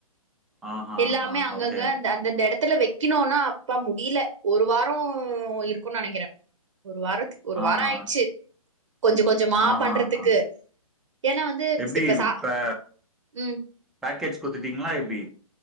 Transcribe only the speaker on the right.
எல்லாமே
அங்கங்க
அந்த அந்தந்த எடத்துல வைக்கணுன்னா அப்பா முடியல ஒரு வாரோ இருக்குன்னு நெனைக்கிறே ஒரு வாரத்துக்கு ஒரு
வாரோ ஆயிடுச்சு கொஞ்ச கொஞ்சமா
பண்றதுக்கு
ஏன்னா வந்து
இப்ப சா
ம்